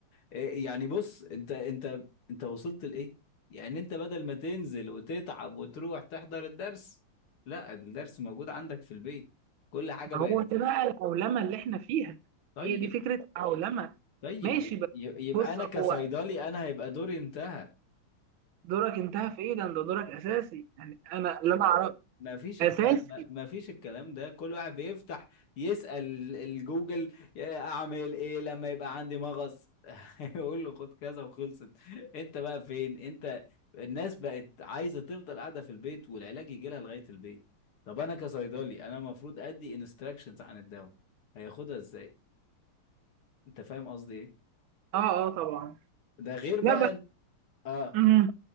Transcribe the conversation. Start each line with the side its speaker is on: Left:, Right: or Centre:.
Left: إيه يعني بص انت انت انت وصلت لايه يعني انت بدل ما تنزل وتتعب وتروح تحضر الدرس لا الدرس موجود عندك في البيت كل حاجة بقت
Right: ما هو ده بقى العولمة اللي احنا فيها
Left: طيب
Right: هي دي فكرة العولمة
Left: طيب
Right: ماشي
Left: يبقى,
Right: بقى
Left: يبقى
Right: بص
Left: انا كصيدلي
Right: هو
Left: انا هيبقى دوري انتهى
Right: دورك انتهى في ايه ده انت دورك اساسي يعني انا اللي انا اعرفه
Left: ما فيش
Right: اساسي
Left: الكلام ما ما فيش الكلام ده كل واحد بيفتح يسأل الجوجل يا اعمل ايه لما يبقى عندي مغص <laughs> يقول له خد كذا وخلصت انت بقى فين انت الناس بقت عايزة تفضل قاعدة في البيت والعلاج يجي لها لغاية البيت طب انا كصيدلي انا المفروض ادي انستراكشنز عن الدواء هياخدها ازاي انت فاهم قصدي ايه
Right: اه اه طبعا
Left: ده غير بقى
Right: لا بقى
Left: إن- اه
Right: مم.